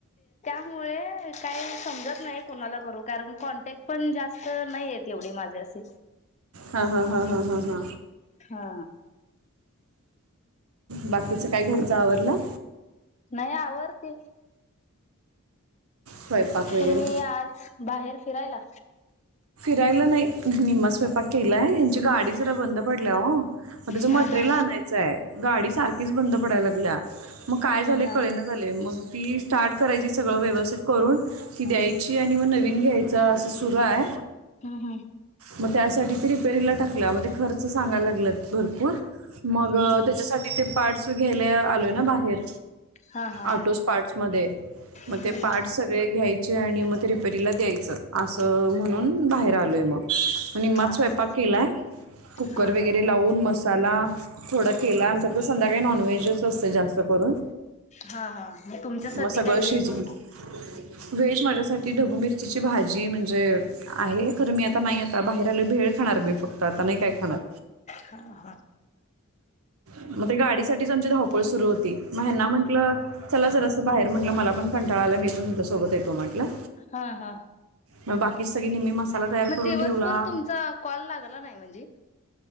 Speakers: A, on the left (about 35°); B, on the right (about 80°).
A: मुळे काही समजत नाही, कोणाला करू कारण कॉन्टॅक्ट पण जास्त नाहीेत एवढे माझे असे-
B: हा हा हा हा हा हा
A: हा
B: बाकीचं काय घरचं आवरलं?
A: नाही आवरती,
B: स्वयंपाक वगैरे
A: तुम्ही आज बाहेर फिरायला?
B: जायला नाही. निम्मा स्वयपाक केलाय हयाची गाडी जरा बंद पडल्या हो मग त्याचं
A: हा
B: मटेरियल
A: हा
B: आणायचंय गाडी सारखीच बंद पडायला- ला मग काय
A: हा
B: झालं
A: हा
B: कळेना झालय मग ती स्टार्ट करायची सगळं व्यवस्थित करून ती द्यायची आणि मग नवीन घ्याय असं सुरू हाय.
A: हम्म हम्म
B: मग त्यासाठी ती रिपेरी लाच टाकला मग ते खर्च सांगा भरपूर मग
A: हम्म हम्म
B: त्याच्यासाठी ते पार्टस घ्यायला आलोय ना बाहेर
A: हा हा
B: ऑटोस पार्टस मधे मग
A: हम्म
B: ते
A: हम्म
B: पार्ट सगळे घ्याय ते मग रिपेरीला द्यायच अस म्हणून बाहेर आलोय मग निम्माच
A: हा
B: स्वयंपाक
A: हा
B: केलाय कुकर
A: हा
B: वगैरे
A: हा
B: लावून मसाला थोडा केला आमच्या तर संध्याकाय नॉनव्हेज अस असतय जास्त करून
A: हा हा मग तुमच्यासाठी
B: मग सगळ
A: काय
B: शिजवून
A: वेज
B: व्हेज माझ्यासाठी ढबू मिरचीची भाजी म्हणजे आहे खर मी आता नाही आता बाहेर आले भेळ खाणार मी फक्त आता नाही काय खाणार
A: हा हा.
B: मग ते गाडी साठीच आमची धावपळ सुरु होती. मग ह्याना म्हटलं चला जरा असं बाहेर म्हंटलं मला पण कंटाळा आलाय मि पण तुमच्यासोबत येतो म्हटलं.
A: हा हा.
B: म बाकी ही सगळी <unintelligible>
A: मग
B: करून
A: दिवसभर
B: ठेवला
A: तुमचा कॉल लागला नाही म्हणजे